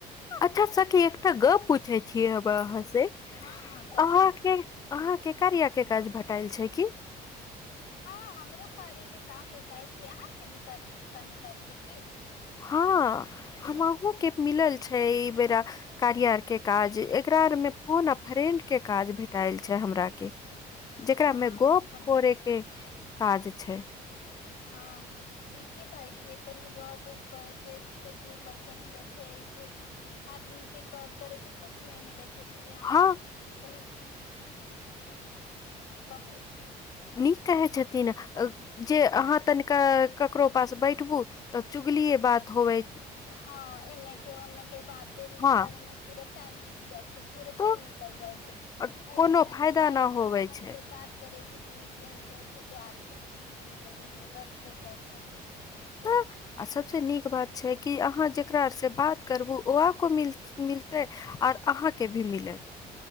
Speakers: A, on the left; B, on the left.
A: अच्छा सखी एकटा गप पूछै छि हम आहाँ स
B: हाँ हाँ कहू
A: अहाके
B: ने
A: अहाके कार्य के काज भटाल छै की
B: हँ हमरो कार्य के काम भेटाल छै अहाँके भी कार्य के काम भेटाइल छै की
A: हँ हम अहु के मिलल छै एहि बेेरा कारी आर के काज एकरा आर मे फोन आ फ्रेंड के काज भेटाल छै हमरा के जेकरा
B: हाँ
A: मे गप
B: बड्डी
A: करे के काज छै
B: हँ ठीके कहै छियै तनी गप उप करै छै दू पैसा मिलै छै ऐसे आदमी से कब करै से कुछ नहि मिलै छै यहाँ
A: हँ
B: तनि कहू
A: नीक कहै छथिन जे अहाँ तनिका ककरो पास बैठबू तऽ चुगलीेए बात होवै
B: हँ एने के ओने के बाते
A: हँ
B: करे मे पूरा टाइम बीत जाइ छै पूरे
A: तो
B: दिन निकल जाइ छै
A: अ,
B: ऐसे
A: कोनो
B: तनी
A: फायदा
B: कार्य
A: न
B: के
A: होवे
B: मध्यम
A: छै
B: से बात करे छै दू रुपे मिले छै तो आर्थिक स्थिति मे तनी मदद हो जाइ छै
A: तऽ आ सबसँ नीक बात छै कि अहाँ जकरारसँ बात करबू ओह को मिल मिलतै आऔर अहाँके भी मिलत